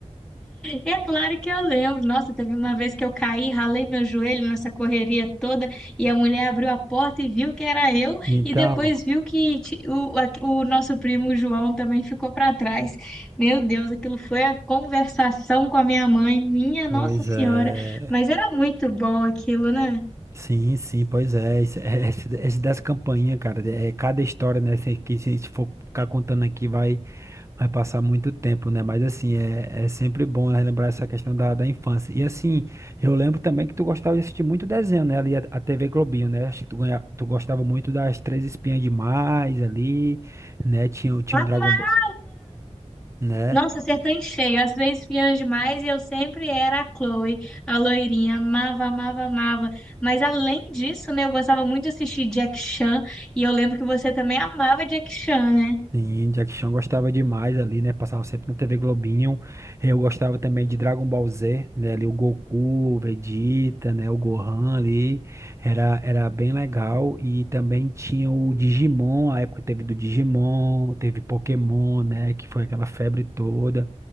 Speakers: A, in the centre; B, on the right.
A: É claro que eu lembro. Nossa, teve uma vez que eu caí, ralei meu joelho nessa correria toda e a mulher abriu a porta e viu que era eu
B: Então,
A: e depois viu que ti- o, a- o nosso primo João também ficou para trás. Meu Deus, aquilo foi a conversação com a minha mãe, minha
B: pois
A: Nossa Senhora.
B: é.
A: Mas era muito bom aquilo, né?
B: Sim, sim, pois é. Esse, é, esse- esse das campainhas, cara, é cada história, né? Se- Que se a gente for ficar contando aqui, vai. Vai passar muito tempo, né? Mas assim, é, é sempre bom relembrar essa questão da, da infância. E assim, eu lembro também que tu gostava de assistir muito desenho, né? Ali a, a TV Globinho, né? Acho que tu, ganha, tu gostava muito das Três Espinhas Demais ali, né? Tinha, o- tinha
A: Amava!
B: o Dragon Ball, né?
A: Nossa, acertou em cheio. Às vezes fiange demais e eu sempre era a Chloe, a loirinha. Amava, amava, amava. Mas além disso, né, eu gostava muito de assistir Jack Chan e eu lembro que você também amava Jack Chan, né?
B: Sim, Jack Chan gostava demais ali, né? Passava sempre na TV Globinho. Eu gostava também de Dragon Ball Z, né? Ali o Goku, o Vegeta, né? O Gohan ali. Era, era bem legal. E também tinha o Digimon, a época teve do Digimon, teve Pokémon, né? Que foi aquela febre toda.